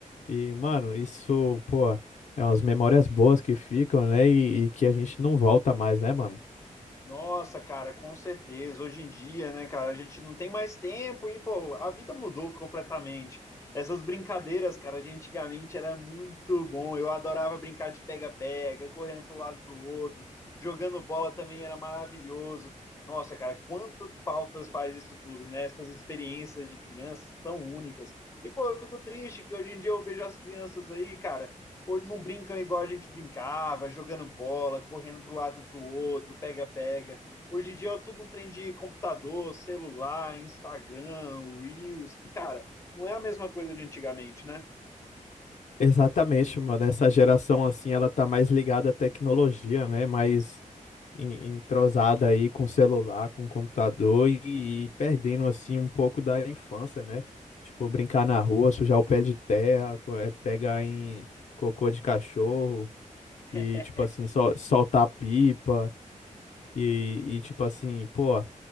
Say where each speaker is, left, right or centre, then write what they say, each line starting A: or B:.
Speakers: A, on the left; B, on the left.
A: E, mano, isso, pô, é umas memórias boas que ficam, né? E, e que a gente não volta mais, né, mano?
B: Nossa, cara, com certeza. Hoje em dia, né, cara, a gente não tem mais tempo e, pô, a vida mudou completamente. Essas brincadeiras, cara, de antigamente era muito bom. Eu adorava brincar de pega-pega, correndo para um lado para o outro, jogando bola também era maravilhoso. Nossa, cara, quanto faltas faz isso tudo, né? Essas experiências de crianças tão únicas. E, pô, eu fico triste que hoje em dia eu vejo as crianças aí, cara Hoje não brincam igual a gente brincava, jogando bola, correndo para o lado e para o outro, pega-pega. Hoje em dia é tudo um trem de computador, celular, Instagram, Reels, que, cara, não é a mesma coisa de antigamente, né?
A: Exatamente, mano. Essa geração, assim, ela tá mais ligada à tecnologia, né? Mais en- entrosada aí com celular, com computador e, e perdendo, assim, um pouco da infância, né? Tipo, brincar na rua, sujar o pé de terra, co- eh, pegar em cocô de cachorro
B: <laughs>
A: e, tipo assim, sol- soltar pipa e, e, tipo assim, pô.